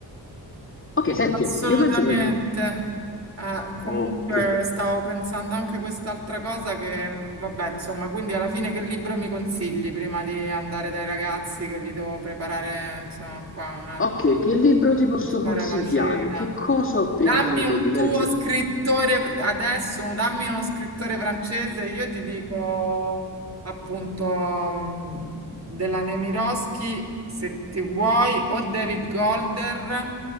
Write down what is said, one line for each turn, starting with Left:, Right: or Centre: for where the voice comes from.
Left: ok, senti,
Right: Assolutamente.
Left: io penso che... abbiamo-
Right: Eh, comunque
Left: Ok,
Right: stavo pensando anche quest'altra cosa che, mh, vabbè, insomma, quindi alla fine che libro mi consigli prima di andare dai ragazzi che li devo preparare, insomma, qua, un attimo,
Left: ok, che libro ti posso
Right: pensare
Left: consigliare?
Right: alla cena?
Left: Che cosa ho
Right: Dammi
Left: appena finito
Right: un
Left: di leggere?
Right: tuo scrittore adesso, un- dammi uno scrittore francese, io ti dico appunto mh, della Nemirovsky, se ti vuoi, o David Golder,